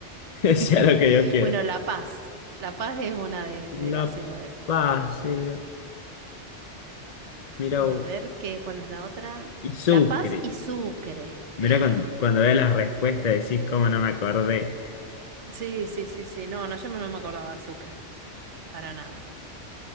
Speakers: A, on the left; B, on the right.
A: <laughs> sea
B: <laughs>
A: lo que yo quiera.
B: Bueno, La Paz. La Paz es una de, de
A: La
B: las ciudades.
A: Paz era, mira
B: A
A: vos,
B: ver, ¿qué, cuál es la otra?
A: y Sucre.
B: La Paz y Sucre.
A: Mira
B: Pero,
A: cuando,
B: mira.
A: cuando veas la respuesta decís cómo no me acordé.
B: Sí, sí, sí, sí. No, no, yo no me acordaba de Sucre. Para nada.